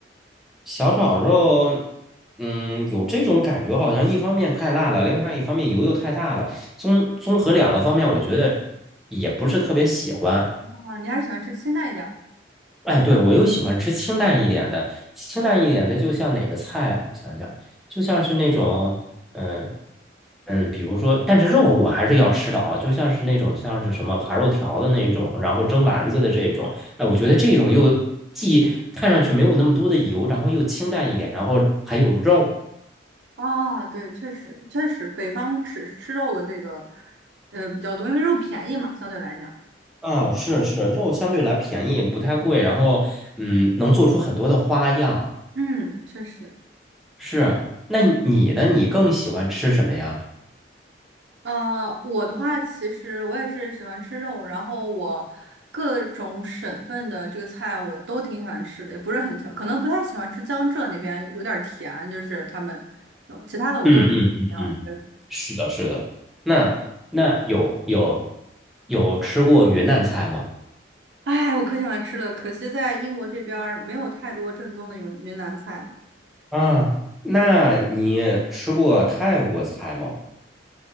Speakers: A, in the centre; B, on the right (about 75°).
A: 小炒肉，嗯，有这种感觉，好像一方面太辣了，另外一方面油又太大了。综综合两个方面，我觉得也不是特别喜欢。
B: 啊，你还是喜欢吃清淡一点儿的
A: 哎，对，我又喜欢吃清淡一点的，清淡一点的，就像哪个菜啊？我想想，就像是那种，嗯嗯，比如说，但是肉我还是要吃的啊，就像是那种像是什么扒肉条的那种，然后蒸丸子的这种，哎，我觉得这种又既看上去没有那么多的油，然后又清淡一点，然后还有肉。
B: 啊？对，确实确实，北方吃吃肉的这个呃比较多，因为肉便宜嘛，相对来讲。
A: 啊，是是，肉相对来便宜，不太贵，然后嗯，能做出很多的花样。
B: 嗯，确实，
A: 是，那你呢？你更喜欢吃什么呀？
B: 呃，我的话，其实我也是喜欢吃肉，然后我各种省份的这个菜我都挺喜欢吃的，也不是很挑，可能不太喜欢吃江浙那边有点儿甜，就是他们，其他的我都不挑。
A: 嗯嗯嗯嗯，
B: 对，
A: 是的，是的。那那有有有吃过云南菜吗？
B: 哎，我可喜欢吃了，可惜在英国这边儿没有太多正宗的云云南菜。
A: 啊，那你吃过泰国菜吗？